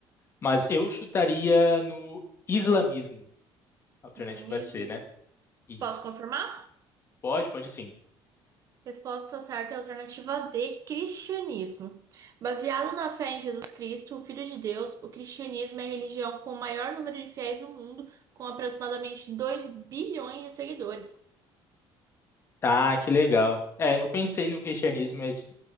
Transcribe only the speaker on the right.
Islamismo.
Posso confirmar?
Resposta certa é a alternativa D. Cristianismo. Baseado na fé em Jesus Cristo, o Filho de Deus, o cristianismo é a religião com o maior número de fiéis no mundo, com aproximadamente 2 bilhões de seguidores.